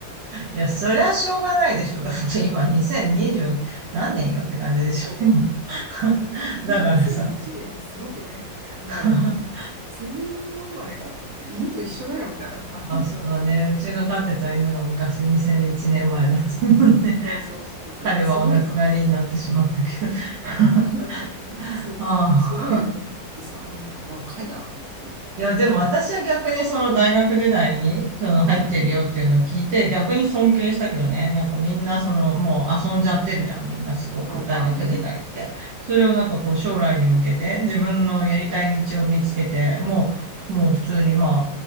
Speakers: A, on the right (about 75°); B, on the right (about 55°).
A: いや、そりゃしょうがないでしょ。だって今2020何年よって感じでしょ。
B: <laughs> 5年。
A: <laughs> だからさ。
B: でも2001年ってすごくない生まれってさ、
A: <laughs>
B: 2000年以降生まれかと思って、犬と一緒だよみたいなさ、
A: あ、そうだね。うちが飼ってた犬が昔2001年生まれだと思うね。
B: <laughs> そうそうそうそう、
A: 彼はお亡くなりになってしまったけど。
B: すごいなと思って。
A: <laughs>
B: うん <laughs> す、
A: ああ。
B: すごいよねと思ってさ、もうなんか若いなと思って。
A: いや、でも私は逆にその大学時代にその入ってるよっていうのを聞いて逆に尊敬したけどね。なんかみんなそのもう遊んじゃってるじゃん。みんなすごく大学時代って。
B: あ、まあね。
A: それをなんかこう将来に向けて自分のやりたい道を見つけて、もう、もう普通にまあ、